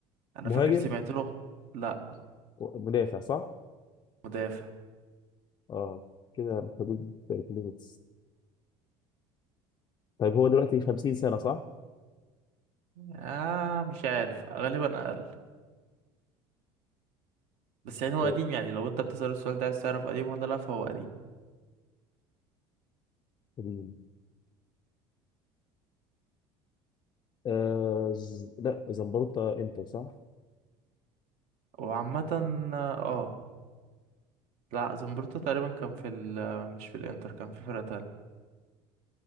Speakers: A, on the right; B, on the left.
A: انا
B: مهاجم
A: فاكر سمعت له لا
B: مدافع صح؟
A: مدافع
B: اه كده حدود 30 طيب هو دلوقتي 50 سنة صح؟
A: آه مش عارف غالبا اقل بس يعني هو
B: طيب
A: قديم يعني لو انت بتسأل السؤال ده عايز تعرف قديم ولا لا فهو قديم
B: ال- آه ز... لا زمبروتا انتر صح؟
A: وعامة اه لا زمبروتا تقريبا كان في ال مش في الانتر كان في فرقة تانية